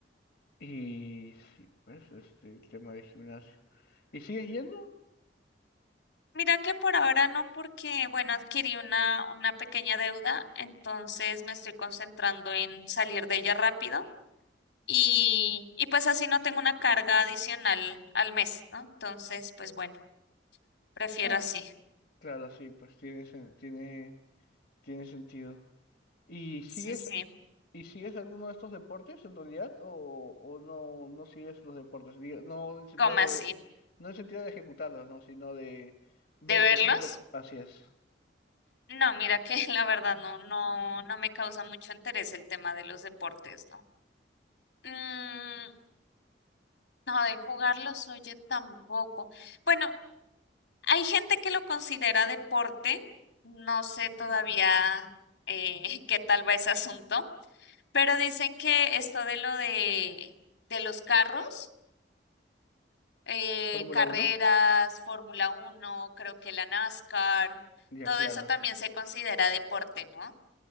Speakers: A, on the left; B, on the left.
A: Y sí, pues, este, el tema de gimnasio. ¿Y sigues yendo?
B: Mira que por ahora no, porque, bueno, adquirí una, una pequeña deuda, entonces me estoy concentrando en salir de ella rápido y, y pues así no tengo una carga adicional al mes, ¿no? Entonces, pues bueno, prefiero
A: Ah,
B: así.
A: claro, sí, pues tiene, sen- tiene, tiene sentido. ¿Y sigues
B: Sí, sí,
A: ¿Y sigues alguno de estos deportes en realidad o, o no, no sigues los deportes? Digo, No en sentido
B: como
A: de,
B: así.
A: no en sentido de ejecutarlos, ¿no? Sino de ver,
B: ¿De verlos?
A: por ejemplo, así es.
B: No, mira que <laughs> la verdad no, no, no me causa mucho interés el tema de los deportes, ¿no? Mm, No, de jugarlos, oye, tampoco. Bueno, hay gente que lo considera deporte, no sé todavía eh, <laughs> qué tal va ese asunto, pero dicen que esto de lo de, de los carros, eh,
A: Fórmula
B: carreras,
A: Uno
B: Fórmula Uno, creo que la NASCAR,
A: ya
B: todo
A: claro.
B: eso también se considera deporte, ¿no?